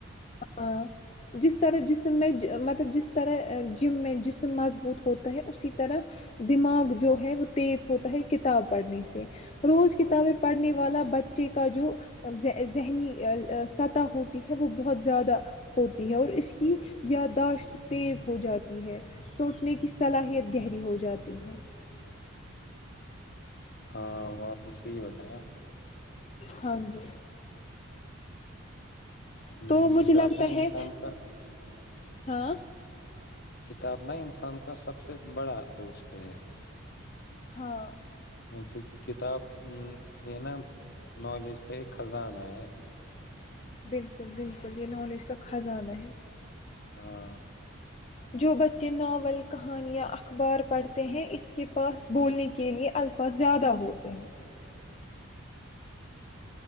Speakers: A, on the left; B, on the left.
A: ہاں جس طرح جسم میں مطلب جس طرح جم میں جسم مضبوط ہوتا ہے اسی طرح دماغ جو ہے وہ تیز ہوتا ہے کتاب پڑھنے سے روز کتابیں پڑھنے والا بچے کا جو ذہنی سطح ہوتی ہے وہ بہت زیادہ ہوتی ہے اور اس کی یاداشت تیز ہو جاتی ہے سوچنے کی صلاحیت گہری ہو جاتی ہے
B: ہاں وہپ <unintelligible> اس سے یہ بتائیں
A: ہاں جی
B: ہ
A: تو مجھے
B: کتاب
A: لگتا
B: نہ انسان
A: ہے
B: کا
A: ہاں
B: کتاب ن انسان کا سب سے بڑا دوست ہے
A: ہاں
B: کیک کتاب یہ نا نالج کا ایک خزانہ ہے
A: بالکل بالکل یہ نالج کا خزانہ ہے
B: ہاں
A: جو بچے ناول کہانیاں اخبار پڑھتے ہیں اس کے پاس بولنے کے لئے الفاظ زیادہ ہوتے ہیں